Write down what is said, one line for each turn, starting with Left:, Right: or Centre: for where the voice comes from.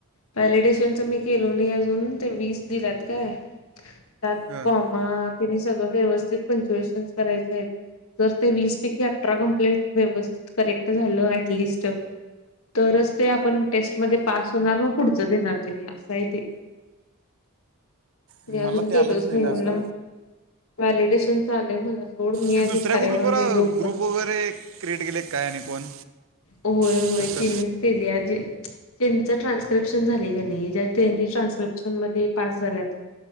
Left: व्हॅलिडेशनचं मी केलो नाही अजून ते वीस दिल्यात काय. त्या
Right: हां
Left: कॉमा त्यांनी सगळं व्यवस्थित पंचुएशनस करायचे आहेत. जर ते वीस पैकी अठरा कंप्लेट व्यवस्थित करेक्ट झालं ॲटलिस्ट तरच ते आपण टेस्टमध्ये पास होणार मगं पुढच देणार तेनी असं आहे ते.
Right: मला
Left: मी अजून
Right: ते आलंच
Left: केलोच नाही
Right: टास्क
Left: म्हणला. व्हॅलिडेशनच आलय मला सोड मी
Right: ते
Left: आधी
Right: दुसऱ्या
Left: थार्‍यावर
Right: ग्रुपवर
Left: नाही डोक
Right: ग्रुप वगैरे क्रिएट केले काय आणि कोण
Left: होय
Right: तसं
Left: होय तिनच केल्या जे तेचं ज्याचं ट्रान्सक्रिप्शन झालय की नाही, ज्या तेनी ट्रास्क्रिप्शनमध्ये पास झाल्यात